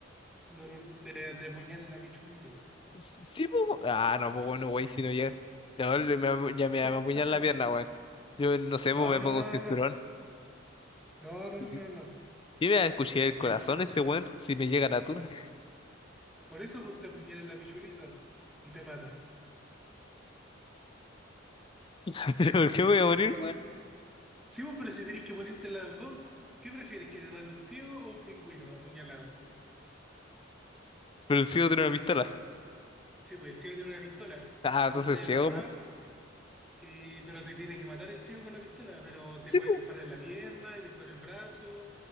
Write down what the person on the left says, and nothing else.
Sí, po. Ah, no, pues bueno, güey, si no llega. No, le- me va- ya
me va a apuñalar la pierna, güey. Yo no sé,
pues me
pongo
un cinturón.
Pues
sí.
Y me va a escuchar el
corazón ese, güey, si me llega la tuna.
<laughs> ¿Pero por qué me voy a morir, güey?
Pero el ciego tiene una pistola.
Ah,
entonces
ciego,
po.
Sí,
pues.